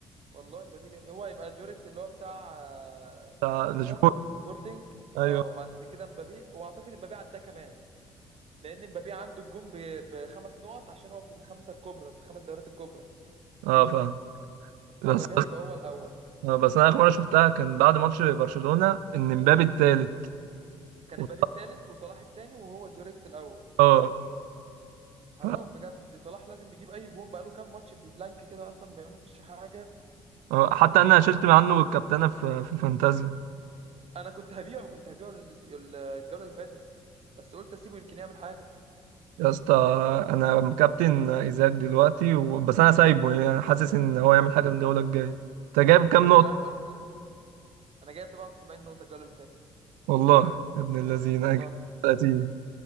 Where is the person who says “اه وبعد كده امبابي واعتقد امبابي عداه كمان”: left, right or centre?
Right